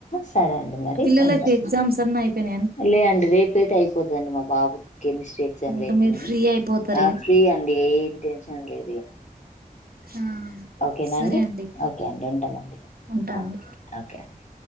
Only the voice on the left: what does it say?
సరే అండి మరి
ఉంటా
లే అండి రేపు అయితే అయిపోతుందండి మా బాబు కెమిస్ట్రీ ఎగ్జామ్
రేపు
ఉంది
ఆ ఫ్రీ అండి టెన్షన్ లేదు ఇగ
ఓకేనాండి
ఓకే అండి ఉంటామండి
ఓ ఓకే అండి